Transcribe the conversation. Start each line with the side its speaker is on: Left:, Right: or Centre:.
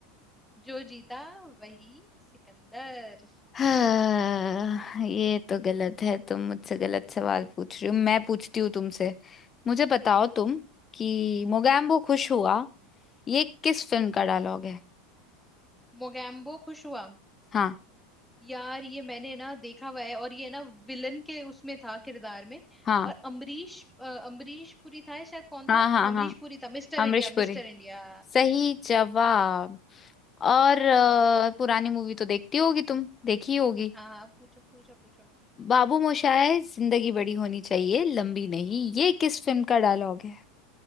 Centre: जो जीता वही सिकंदर
Left: हाँ, ये तो गलत है तुम मुझसे गलत सवाल पूछ रही हो मैं पूछती हूँ तुमसे मुझे बताओ
Centre: पूछो
Left: तुम
Centre: पूछो
Left: कि मोगैम्बो खुश हुआ ये किस फिल्म का डायलॉग है
Centre: मोगैम्बो खुश हुआ
Left: हाँ
Centre: यार ये मैंने ना देखा हुआ है और ये ना विलन के उसमें था किरदार में
Left: हाँ
Centre: और अमरीश अ, अमरीश पुरी था या शायद कौन था
Left: हाँ
Centre: हाँ,
Left: हाँ
Centre: अमरीश
Left: हाँ
Centre: पुरी था Mister
Left: अमरीश
Centre: India
Left: पुरी
Centre: Mister India
Left: सही जवाब और
Centre: Yes
Left: अ, पुरानी मूवी तो देखती होगी तुम देखी होगी
Centre: हाँ हाँ पूछो पूछो पूछो
Left: बाबू मोशाय जिंदगी बड़ी होनी चाहिए लंबी नहीं ये किस फिल्म का डायलॉग है